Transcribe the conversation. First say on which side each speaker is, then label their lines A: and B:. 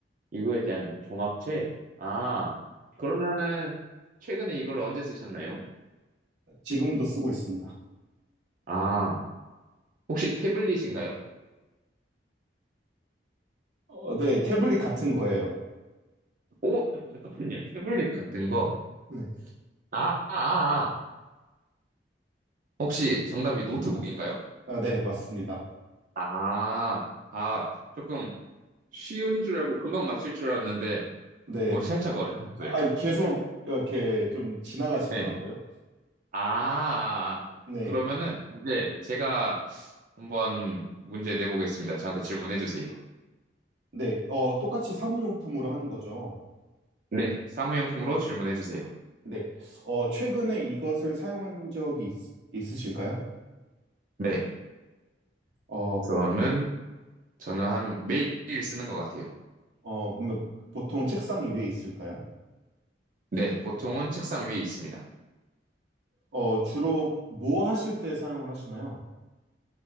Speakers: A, on the right; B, on the right.
A: 이거에 대한 종합책? 아, 그러면은 최근에 이걸 언제 쓰셨나요?
B: 지금도 쓰고 있습니다.
A: 아, 혹시 태블릿인가요?
B: 어, 네, 태블릿 같은 거예요.
A: 오, 잠깐만요. 태블릿 같은 거.
B: 네.
A: 아, 아, 아. 아. 혹시 정답이 노트북인가요?
B: 아, 네, 맞습니다.
A: 아, 아, 조금 쉬운 줄 알고 금방 맞힐 줄 알았는데,
B: 네,
A: 오, 살짝 어려웠어요.
B: 아, 계속 이렇게 좀 지나가시더라고요.
A: 네. 아, 아, 아.
B: 네.
A: 그러면은 이제 제가 한번 문제 내보겠습니다. 저한테 질문해 주세요.
B: 네. 어, 똑같이 사무용품으로 하는 거죠.
A: 네, 사무용품으로 질문해 주세요.
B: 네. 어, 최근에 이것을 사용한 적이 있, 으실까요
A: 네.
B: 어,
A: 저는 저는 한 매일 쓰는 것 같아요.
B: 어, 뭐, 보통 책상 위에 있을까요?
A: 네, 보통은 책상 위에 있습니다.
B: 어, 주로 뭐 하실 때 사용을 하시나요?